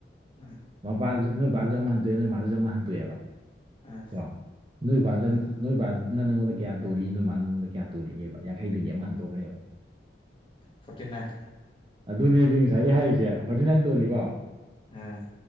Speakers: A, on the left; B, on the right.
A: ꯑ
B: ꯃꯄꯥꯗꯖꯨ ꯅꯣꯏꯕꯥꯗꯖꯨ ꯑꯃ ꯍꯟꯇꯣꯛꯑꯦ ꯅꯣꯏ ꯃꯥꯗꯖꯨ ꯑꯃ ꯍꯟꯇꯣꯛꯑꯦꯕ
A: ꯎꯝ
B: ꯀꯣ ꯅꯣꯏ ꯕꯥꯗ
A: ꯎꯝ
B: ꯅꯣꯏꯕꯥꯅ ꯅꯪꯉꯣꯟꯗ ꯀꯌꯥ ꯇꯣꯜꯂꯤ ꯅꯣꯏ ꯃꯥꯅ ꯅꯪꯉꯣꯟꯗ ꯀꯌꯥ ꯇꯣꯜꯂꯤꯒꯦꯕ ꯌꯥꯡꯈꯩꯗꯒꯤ ꯑꯃ ꯍꯟꯗꯣꯛꯈ꯭ꯔꯦꯕ
A: ꯐꯣꯔꯇꯤ ꯅꯥꯏꯟ
B: ꯑꯗꯨꯅꯦꯕꯤ ꯉꯁꯥꯏꯗꯩ ꯍꯥꯏꯔꯤꯖꯦ ꯐꯣꯔꯇꯤ ꯅꯥꯏꯟ ꯇꯣꯜꯂꯤꯀꯣ
A: ꯑ